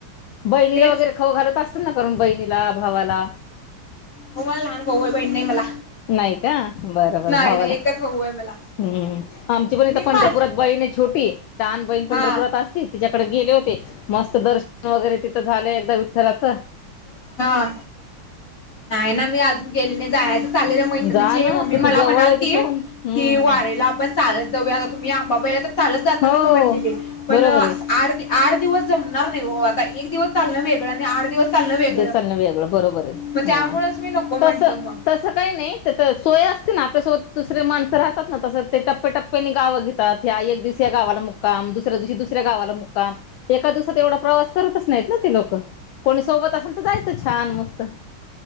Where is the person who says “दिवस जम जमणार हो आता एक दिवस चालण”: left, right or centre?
Left